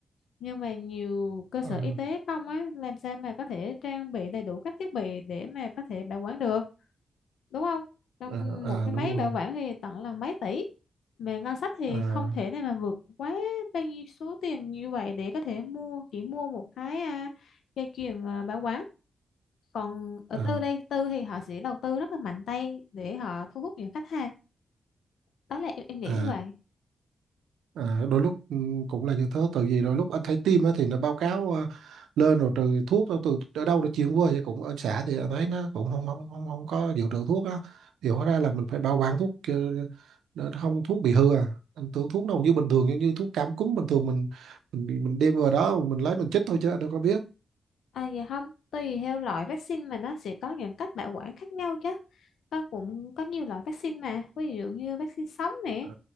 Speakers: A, on the left (about 75°); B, on the right (about 85°).
A: nhưng mà nhiều cơ sở
B: à,
A: y tế không á làm sao mà có thể trang bị đầy đủ các thiết bị để mà có thể bảo quản được đúng không Trong
B: à,
A: một
B: à,
A: cái máy
B: đúng
A: bảo
B: rồi
A: quản thì tận là mấy tỷ mà ngân sách thì
B: Ờ,
A: không thể nào mà vượt quá bao nhiêu số tiền như vậy để có thể mua chỉ mua một cái à, dây chuyền à, bảo quản còn ở
B: ờ,
A: tư đây tư thì họ sẽ đầu tư rất là mạnh tay để họ thu hút những khách hàng đó là em em nghĩ
B: ờ,
A: như vậy
B: ờ, đôi lúc ừ, cũng là như thế tại vì đôi lúc anh thấy tim á thì nó báo cáo ờ, lên rồi từ thuốc đâu từ ở đâu nó chuyển qua vậy cũng ở xã thì anh thấy nó cũng không không không, không có dự trữ thuốc á thì hóa ra là mình phải bảo quản thuốc ờ, để không thuốc bị hư à anh tưởng thuốc đâu như bình thường giống như thuốc cảm cúm bình thường mình mình mình đem vào đó mình lấy mình chích thôi chứ anh đâu có biết
A: à vậy không tùy theo loại vaccine mà nó sẽ có những cách bảo quản khác nhau chứ có cũng có nhiều loại vaccine mà ví dụ như vaccine sống nè
B: Ờ,